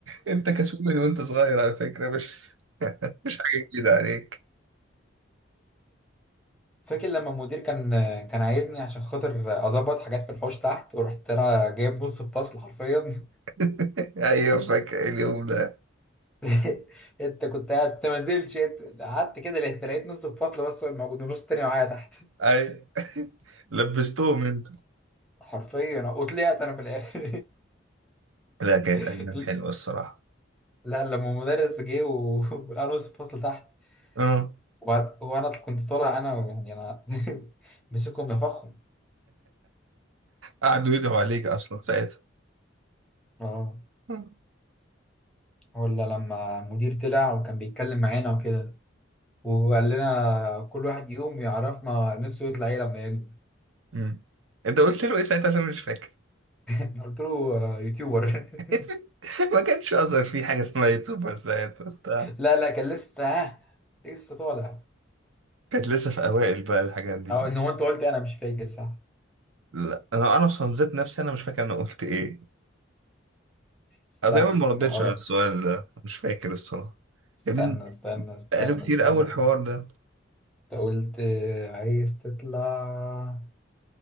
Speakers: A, on the right (about 90°); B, in the centre.
A: انت كسول من وانت صغير على فكره مش <laughs> مش حاجه جديده عليك
B: فاكر لما المدير كان كان عايزني عشان خاطر اظبط حاجات في الحوش تحت ورحت انا جايب نص الفصل حرفيا
A: <laughs> ايوه فاكر اليوم ده
B: <laughs> انت كنت قاعد انت ما نزلتش أنت قعدت كده لقيت لقيت نص الفصل بس هو موجود ونص تاني معايا تحت
A: ايوه <laughs> لبستهم انت
B: <laughs> حرفيا وطلعت انا في الاخر
A: لا كانت
B: <laughs>
A: أيام حلوة الصراحة
B: لا لما المدرس جه و- ولقى نص الفصل تحت
A: اه
B: وبعد- وانا كنت طالع انا يعني انا <laughs> مسكهم نفخهم
A: قعدوا يدعوا عليك أصلا ساعتها
B: اه
A: آه.
B: ولا لما المدير طلع وكان بيتكلم معانا وكده وقال لنا كل واحد يقوم يعرفنا نفسه يطلع ايه لما يكبر
A: مم. أنت قلت له إيه ساعتها عشان مش فاكر
B: <laughs> أنا قلت له آه، يوتيوبر
A: <laughs>
B: <laughs>
A: ما كانش أظهر في حاجة اسمها يوتيوبر ساعتها بتاع
B: لا لا كان لسه ها لسه طالع
A: كانت لسه في أوائل بقى الحاجات دي
B: او
A: صح؟
B: ان هو انت قلت إيه؟ انا مش فاكر صح
A: لا أنا أنا أصلا ذات نفسي أنا مش فاكر أنا قلت إيه
B: استنى
A: أنا دايما ما
B: استنى
A: ردتش
B: هقول
A: على السؤال ده مش فاكر الصراحة
B: استنى
A: يا ابني
B: استنى استنى
A: بقاله كتير
B: استنى
A: أوي الحوار
B: انت
A: ده
B: قلت آه، عايز تطلع